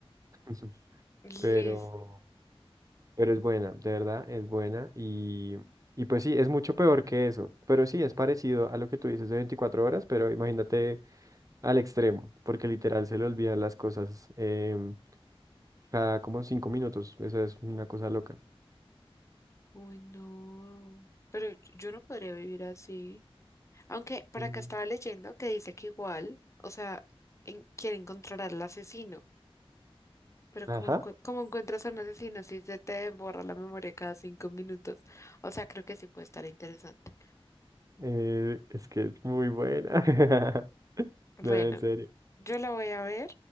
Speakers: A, on the right; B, on the left.
A: <laughs>
B: Listo.
A: pero Pero es buena, de verdad, es buena. Y, y pues sí, es mucho peor que eso. Pero sí, es parecido a lo que tú dices de 24 horas, pero imagínate al extremo, porque literal se le olvidan las cosas em, cada como 5 minutos. Eso es una cosa loca.
B: Uy, no. Pero yo no podría vivir así. Aunque por
A: Mm.
B: acá estaba leyendo que dice que igual, o sea, en- quiere encontrar al asesino. Pero
A: Ajá.
B: como, encu- como encuentras a un asesino si se te borra la memoria cada cinco minutos. O sea, creo que sí puede estar interesante.
A: Eh, es que es muy buena. <laughs> No,
B: Bueno.
A: en serio.
B: Yo la voy a ver